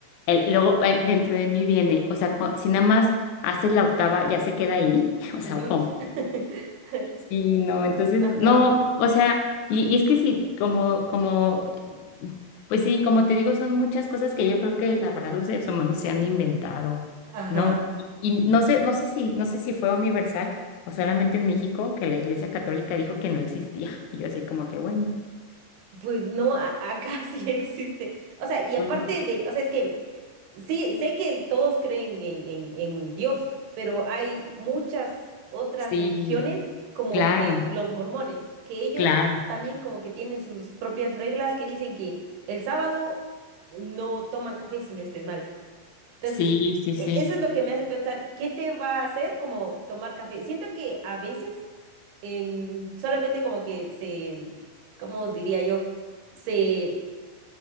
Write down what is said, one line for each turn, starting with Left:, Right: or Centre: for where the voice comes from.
Left: el, luego eh, dentro de mí viene, o sea, co- si nada más haces la octava ya se queda ahí, <laughs> o sea,
Right: ujú.
Left: ¿cómo?
Right: <laughs>
Left: Sí, no, entonces,
Right: Ajá.
Left: no, o sea, y, y es que sí, como, como, pues sí, como te digo, son muchas cosas que yo creo que la verdad los seres humanos se han inventado,
Right: Ajá.
Left: ¿no? Y, y no sé, no sé si, no sé si fue universal o solamente en México que la Iglesia Católica dijo que no existía. <laughs> Y yo así como que, bueno.
Right: Pues no, a- acá <laughs> sí existe. O sea, y aparte
Left: Ah, ok.
Right: de, o sea, es que sí, sé que todos creen en, en, en Dios, pero hay muchas otras
Left: sí,
Right: religiones, como
Left: claro,
Right: el de los mormones, que ellos
Left: claro.
Right: también como que tienen sus propias reglas que dicen que el sábado no toman café, si no estoy mal. Entonces,
Left: Sí, sí, sí.
Right: e- eso es lo que me hace pensar, ¿qué te va a hacer como tomar café? Siento que a veces em, solamente como que se, em, ¿cómo diría yo? Se,